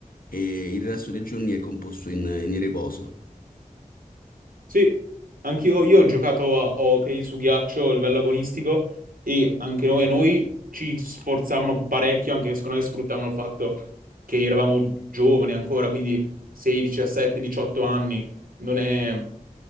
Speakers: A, on the left; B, on the right.
A: e il resto dei giorni è composto in, in riposo.
B: Sì, anch'io io ho giocato a hockey su ghiaccio a livello agonistico e anche noi, a noi ci sforzavano parecchio, anche secondo me sfruttavano il fatto che eravamo giovani ancora, quindi 16, 17, 18 anni, non è...